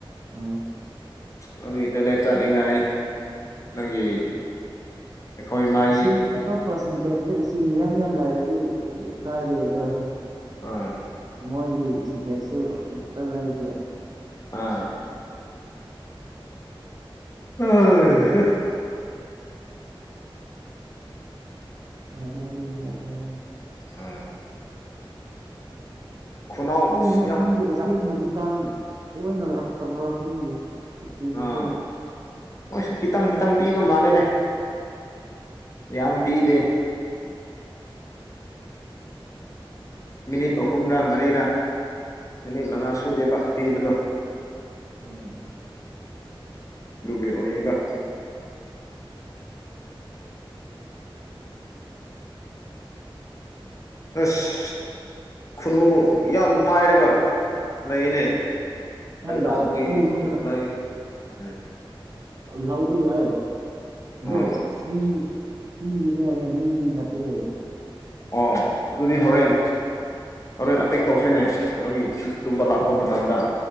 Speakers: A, on the right; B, on the left.
A: ꯑꫭ
B: ꯅꯣꯏꯒꯤ ꯇꯣꯏꯂꯦꯠ ꯆꯠꯅꯤꯡꯉꯥꯏ ꯅꯣꯏꯒꯤ ꯑꯩꯈꯣꯏ ꯃꯥꯏ
A: ꯏꯁꯤꯡ ꯑꯇꯣꯞꯄ ꯁꯟꯇꯦꯛꯇ ꯏꯁꯤꯡ ꯌꯥꯝ ꯌꯥꯝ ꯂꯥꯏꯔꯗꯤ ꯑꯗꯨ ꯀꯥꯏꯗꯦ ꯑꯗꯣ
B: ꯑꯥ
A: ꯃꯣꯏꯒꯤ ꯁꯤꯟꯇꯦꯛꯁꯨ ꯑꯝꯇ ꯂꯩꯗꯦ
B: ꯑꯥ ꯑꯣꯏ ꯍꯦ
A: ꯋꯥꯖꯔꯦ ꯋꯥꯖꯔꯦ
B: ꯎꯝ ꯈꯨꯅꯥꯎ
A: ꯀꯔꯤꯅꯣ
B: ꯌꯥꯝ
A: ꯈꯪꯗꯦ ꯑꯦꯠꯖꯥꯝꯁꯤ ꯍꯧꯖꯤꯛꯀꯥꯟ ꯇꯣꯏꯅ ꯂꯥꯛꯇꯕ꯭ꯔꯥ ꯈꯪꯗꯦ ꯏꯁꯤꯡꯖꯦ
B: ꯑꯥ ꯃꯣꯏꯁꯨ ꯈꯤꯇꯪ ꯈꯤꯇꯪ ꯄꯤꯕ ꯃꯥꯜꯂꯦꯅꯦ ꯌꯥꯝ ꯄꯤꯗꯦ ꯃꯤꯅꯤꯠ ꯑꯍꯨꯝꯔꯥ ꯃꯔꯤꯔꯥ ꯃꯤꯅꯤꯠ ꯃꯉꯥ ꯁꯨꯗꯦꯕ ꯄꯤꯕꯗꯣ
A: ꯎꯝ
B: ꯑꯗꯨꯒꯤ ꯑꯣꯏꯔꯤꯕ ꯑꯁ ꯈꯨꯅꯨ ꯌꯥꯝ ꯄꯥꯏꯔꯒ ꯂꯩꯌꯦꯅꯦ
A: ꯀꯥꯏꯗ
B: ꯑꯩꯩꯅꯒꯤꯅ
A: ꯑꯩꯈꯣꯏ ꯌꯨꯝꯗ
B: ꯎ ꯎꯝ <inaudible>
A: ꯂꯧꯕ ꯌꯥꯏ ꯑꯗꯣ
B: ꯑꯥ
A: ꯐ꯭ꯔꯤ ꯐ꯭ꯔꯤꯒꯤꯅꯦ ꯍꯥꯏꯌꯦ ꯃꯤꯒꯤ ꯅꯠꯇꯦ ꯍꯥꯏꯌꯦ
B: ꯑꯣ ꯑꯗꯨꯗꯤ ꯍꯣꯔꯦꯟ ꯍꯣꯔꯦꯟ ꯑꯦꯇꯦꯛ ꯇꯧꯁꯦꯅꯦ ꯀꯩꯅꯣꯒꯤ ꯇꯨꯝꯕ ꯂꯥꯛꯄ ꯃꯇꯝꯗ